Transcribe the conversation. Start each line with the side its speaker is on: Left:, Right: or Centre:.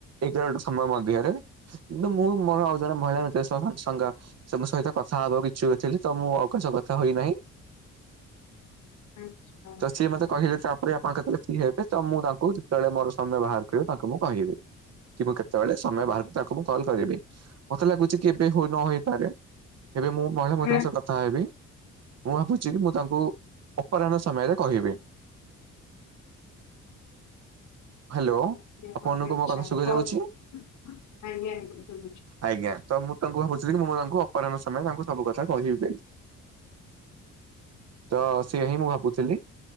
Right: ଏଗାରଟା ସମୟ ମଧ୍ୟରେ। କିନ୍ତୁ ମୁଁ ମୋର ଆଉ ଜଣେ ମହିଳା ମିତ୍ର ଶହ ସାଙ୍ଗ ସିଏ ମୋ ସହିତ କଥା ହବା ପାଇଁ ଇଛୁକ ଥିଲେତ ମୁଁ ଆଉ କାହା ସହ କଥା ହୋଇନାହିଁ।
Left: ଆଛା
Right: ତ
Left: ହ
Right: ସିଏ
Left: ହ।
Right: ମତେ କହିଲେ ତାପରେ ଆପଣ କେତେବେଳେ ଫ୍ରି ହେବେ ତ ମୁଁ ତାଙ୍କୁ ଯେତେବେଳେ ମୋର ସମୟ ବାହାର କରିବି ତାଙ୍କୁ ମୁଁ କହିବି। କି ମୁଁ କେତେବେଳେ ସମୟ ବାହାର କରି ତାଙ୍କୁ ମୁଁ କଲ୍ କରିବି ମତେ ଲାଗୁଛି କି ଏବେ ହୋଇ ନ ହୋଇ ପାରେ ଏବେ ମୁଁ ମହିଳା ମିତ୍ରଙ୍କ
Left: ଭଲ
Right: ସହ କଥା ହେବି ମୁଁ ଭାବୁଛି କି ମୁଁ ତାଙ୍କୁ ଅପରାହ୍ନ ସମୟରେ କହିବି। ହ୍ୟାଲୋ।
Left: ସେଥିରେ ଆପଣଙ୍କ
Right: ଆପଣଙ୍କୁ
Left: ଇଚ୍ଛା
Right: ମୋ କଥା ଶୁଭା
Left: ହଉ
Right: ଯାଉଛି
Left: ଆଜ୍ଞା ଆଜ୍ଞା।
Right: ଆଜ୍ଞା ତ ମୁଁ ତାଙ୍କୁ ଭାବୁଛି ମୁଁ ତାଙ୍କୁ ଅପରାହ୍ନ ସମୟ ତାଙ୍କୁ ସବୁ କଥା କହିବିବେଲି ତ ସେଇଆ ହିଁ ମୁଁ ଭାବୁଥିଲି।